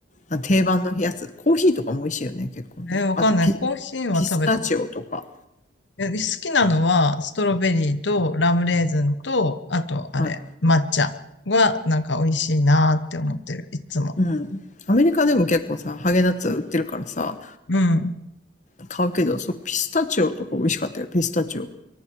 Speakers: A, on the left; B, on the left.
A: う。定番のやつ。コーヒーとかも美味しいよね、結構ね。
B: え、わかんない。
A: あとピ、
B: コーヒーは食べたこと。
A: ピスタチオとか。
B: え、好きなのはストロベリーとラムレーズンと、あとあれ、
A: あれ
B: 抹茶はなんか美味しいなーって思ってる、いつも。
A: うん。アメリカでも結構さ、ハーゲンダッツ売ってるからさ、
B: うん。
A: 買うけど、そう、ピスタチオとか美味しかったよ、ピスタチオ。